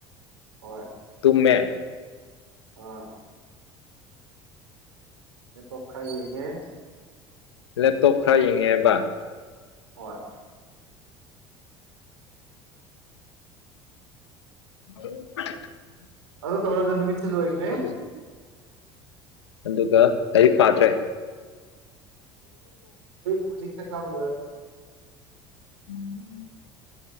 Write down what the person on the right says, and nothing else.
ꯍꯣꯏ
ꯑ ꯂꯦꯞꯇꯣꯞ ꯈꯔ ꯌꯦꯡꯉꯦ
ꯍꫭꯏ
ꯑꯗꯣ ꯇꯧꯔꯒ ꯅꯨꯃꯤꯠ ꯇ ꯂꯣꯏꯈ꯭ꯔꯦ
ꯍꯧꯖꯤꯛ ꯀ <unintelligible> ꯄꯥꯕ